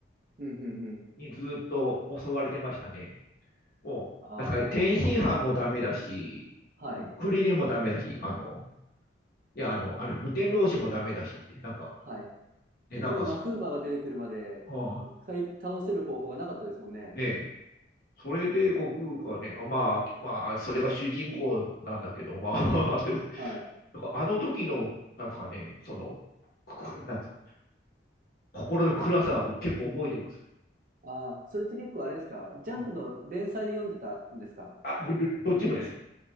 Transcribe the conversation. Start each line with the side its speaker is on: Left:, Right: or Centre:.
Right: うん、うん、うん。
Left: にずっと襲われてましたね。もう、
Right: ああ。
Left: なんですかね、天津飯もダメだし、
Right: はい。
Left: クリリンもダメだし、あの、ね、あの、あの、無天老師もダメだしって、なんか、
Right: はい。
Left: ね、
Right: 結局、
Left: なんか、
Right: マフーバーが出てくるまで、
Left: そうん、
Right: かい、倒せる方法がなかったですもんね。
Left: ねそれで悟空がね、まあ、まあ、それが主人公なんだけど、まあ、<laughs> でも、
Right: はい。
Left: なんかあの時の、なんかね、その、なんか心の暗さは僕結構覚えてます。
Right: ああ、それって結構あれですかジャンプの連載で読んでたんですか
Left: うん、あ、僕どっちもです。